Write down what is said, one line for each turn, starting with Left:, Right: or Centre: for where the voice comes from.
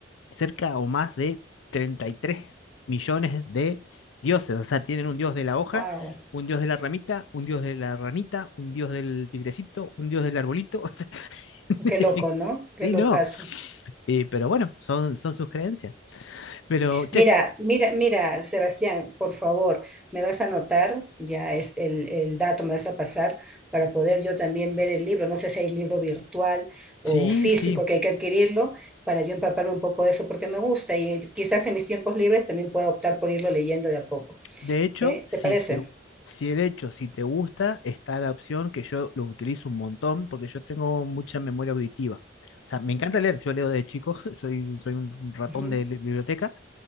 Left: cerca o más de 33 millones de dioses, o sea, tienen un dios de la hoja,
Centre: Wow,
Left: un dios de la ramita, un dios de la ranita, un dios del tigrecito, un dios del arbolito. <laughs> o sea, <laughs>
Centre: qué loco, ¿no? Qué
Left: Sí,
Centre: locazo.
Left: no, eh, pero bueno, son, son sus creencias. Pero, che.
Centre: Mira, mira, mira, Sebastián, por favor, me vas a anotar ya es el, el dato, me vas a pasar para poder yo también ver el libro. No sé si hay libro virtual o
Left: Sí,
Centre: físico
Left: sí.
Centre: que hay que adquirirlo para yo empaparme un poco de eso porque me gusta y eh, quizás en mis tiempos libres también pueda optar por irlo leyendo de a poco.
Left: De hecho,
Centre: ¿eh?
Left: si
Centre: ¿Te parece?
Left: te, si de hecho, si te gusta, está la opción que yo lo utilizo un montón porque yo tengo mucha memoria auditiva. O sea, me encanta leer, yo leo de chico, <laughs> soy, soy un ratón
Centre: Ujú.
Left: de li- biblioteca,